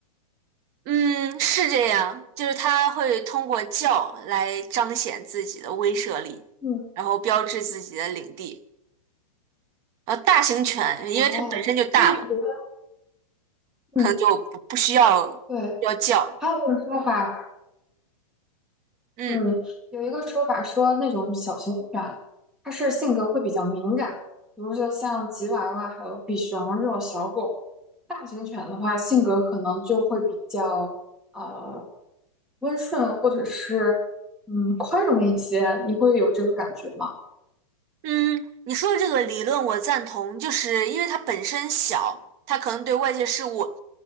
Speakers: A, on the right (about 20°); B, in the centre.
A: 嗯，是这样，就是他会通过叫来彰显自己的威慑力，
B: 嗯，
A: 然后标志自己的领地。然后大型犬，
B: 哦，
A: 因为它本身就大嘛，
B: 所以你觉得？嗯。
A: 可能就不不需要要叫。
B: 对，还有一种说法，
A: 嗯。
B: 嗯，有一个说法说那种小型犬，它是性格会比较敏感，比如说像吉娃娃还有比熊这种小狗。大型犬的话，性格可能就会比较呃温顺，或者是嗯宽容一些。你会有这个感觉吗？
A: 嗯，你说的这个理论我赞同，就是因为它本身小，它可能对外界事物，